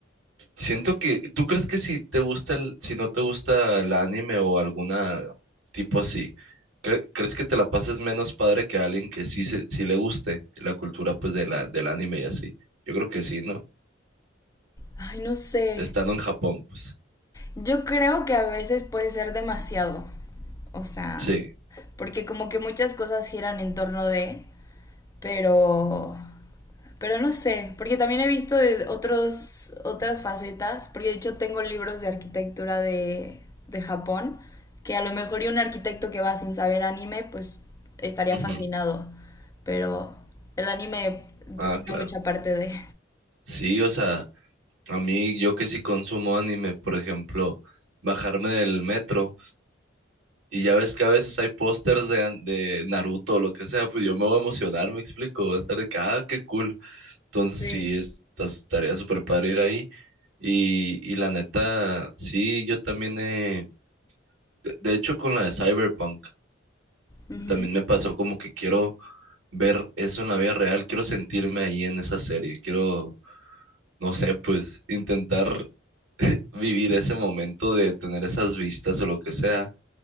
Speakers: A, on the right; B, on the left.
A: Siento que, ¿tú crees que si te gusta el, si no te gusta el anime o alguna tipo así, cre- crees que te la pases menos padre que a alguien que sí, se, sí le guste la cultura pues de la, del anime y así? Yo creo que sí, ¿no?
B: Ay, no sé.
A: Estando en Japón, pues.
B: Yo creo que a veces puede ser demasiado, o sea,
A: Sí.
B: porque como que muchas cosas giran en torno de, pero, pero no sé, porque también he visto de otros, otras facetas, porque de hecho tengo libros de arquitectura de, de Japón, que a lo mejor y un arquitecto que va sin saber anime, pues estaría
A: Ujú.
B: fascinado, pero el anime
A: Ah,
B: forma
A: claro.
B: mucha parte de...
A: Sí, o sea, a mí yo que sí consumo anime, por ejemplo, bajarme del metro y ya ves que a veces hay pósters de, an- de Naruto o lo que sea, pues yo me voy a emocionar, me explico, va a estar de que, ah, qué cool. Entonces
B: Sí.
A: sí, es, tas- estaría súper padre ir ahí. Y, y la neta, sí, yo también he, de, de hecho con la de Cyberpunk,
B: Ujú.
A: también me pasó como que quiero ver eso en la vida real, quiero sentirme ahí en esa serie, quiero, no sé, pues intentar <laughs> vivir ese momento de tener esas vistas o lo que sea.